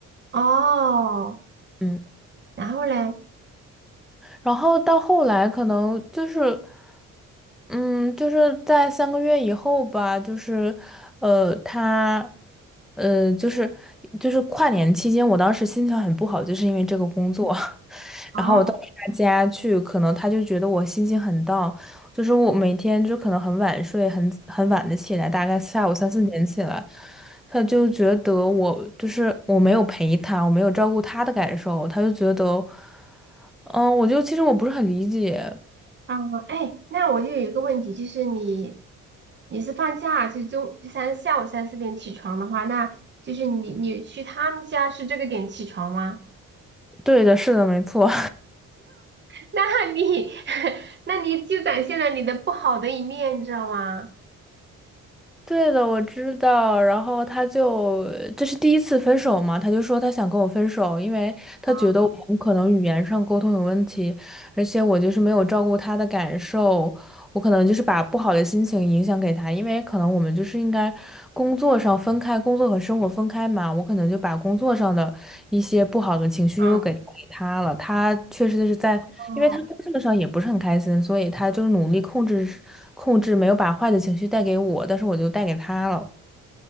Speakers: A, on the right; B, in the centre.
A: 哦，
B: <laughs> 嗯。
A: 然后嘞，
B: 然后到后来可能就是，嗯，就是在三个月以后吧，就是，呃，他，呃，就是就是跨年期间，我当时心情很不好，就是因为这个工作，<laughs>
A: 哦，
B: 然后我到他家去，可能他就觉得我心情很 down，就是我每天就可能很晚睡，很很晚的起来，大概下午三四点起来，他就觉得我就是我没有陪他，我没有照顾他的感受，他就觉得，嗯，我就其实我不是很理解。
A: 啊，哎，那我就有一个问题，就是你你是放假是中就三下午三四点起床的话，那就是你你去他们家是这个点起床吗？
B: 对的，是的，没错，
A: 那你 <laughs> 那你就展现了你的不好的一面，你知道吗？
B: <laughs> 对的，我知道。然后他就这是第一次分手嘛，他就说他想跟我分手，因为他觉得我们可能语言上沟通有问题，
A: 啊，
B: 而且我就是没有照顾他的感受。我可能就是把不好的心情影响给他，因为可能我们就是应该工作上分开，工作和生活分开嘛。我可能就把工作上的一些不好的情绪又给给他了。
A: 嗯，
B: 他确实是在，
A: 哦
B: 因为他工作上也不是很开心，所以他就努力控制控制，没有把坏的情绪带给我，但是我就带给他了。